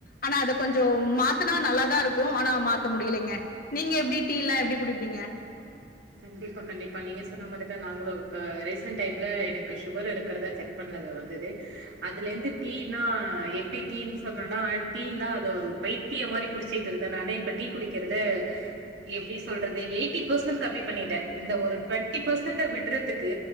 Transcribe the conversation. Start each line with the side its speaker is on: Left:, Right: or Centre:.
Left: ஆனா அது கொஞ்சோ மாத்துனா நல்லாதாருக்கு ஆனா மாத்த முடியலேங்க நீங்க எப்டி டீ எல்லா எப்டி குடிப்பீங்க
Right: கண்டிப்பா கண்டிப்பா நீங்க சொன்ன மாறிதா நாங்களு இப்ப ரீசென்ட் டைம்ல எனக்கு சுகர் இருக்குறதா செக் பண்ண அது வந்துது அதுலேந்து டீனா எப்டி டீனு சொல்றேனா டீனா அத பய்த் த்திய மாறி குடிச்சிட்ருந்தே நானு இப்ப டீ குடிக்கிறது எப்டி சொல்றது எய்ட்டி ஃப்சன்ட் கம்மிப் பண்ணிட்டே இந்த ஒரு டொன்ட்டி ஃப்சன்ட் விட்றதுக்கு